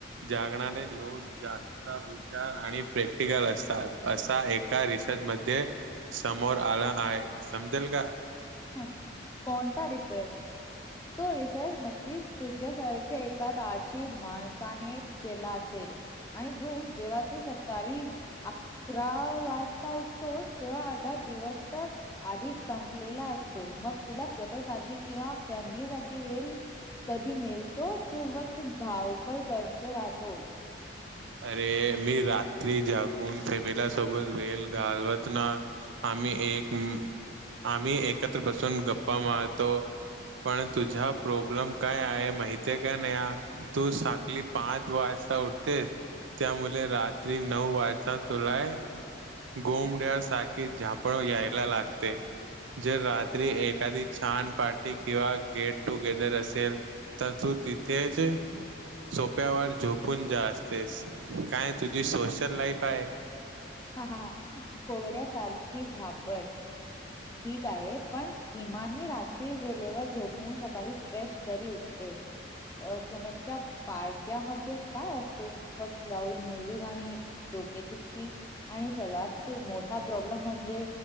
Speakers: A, on the right (about 80°); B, on the left (about 15°).
A: जागणारे लोक जास् ता हुशार आणि प्रॅक्टिकल असतात असा एका रिसर्च मध्ये समोर आलं आहे समजेल का
B: हं कोणता रिसर्च तो रिसर्च नक्कीच तुझ्यासारख्या एखादा आळशी माणसानेच केला असेल. आणि रुम जेव्हा तो सकाळी अकरा वाजता उठतोस तेव्हा अर्धा दिवस तर आधीच संपलेला अस. तो मग तुला स्वतःसाठी किंवा फॅमिली साठी वेल कधी मिलतो तू फक्त धावपल करते राहतोस.
A: अरे मी रात्री जागून फॅमिला सोबत वेला घालवत ना. आम्ही एक आम्ही एकत्र बसून गप्पा मारतो. पण तुझा प्रॉब्लेम काय आहे माहितीये आहे का नेहा तू साकली पाच वाज ता उठते त्यामुले रात्री नऊ वाजता तुलाय गोमड्या साखे झापण यायला लागते. जर रात्री एखादी छान पार्टी किंवा गेट टुगेदर असेल. तर तू तिथेच सोप्या वर झोपून जास. तेच काय तुझी सोशल लाईफ आहे.
B: हा हा हा कोवळ्यासारखी झापड. ठीक आहे पण किमान मी रात्री वेलेवर झोपून सकाळी फ्रेश तरी उठ ते. अ तुमच्या पार्ट्यामध्ये काय असते फक्त लाउड म्युझिक आणि डोकेदुखी आणि सर्वात मोठा प्रॉब्लेम म्हणजे.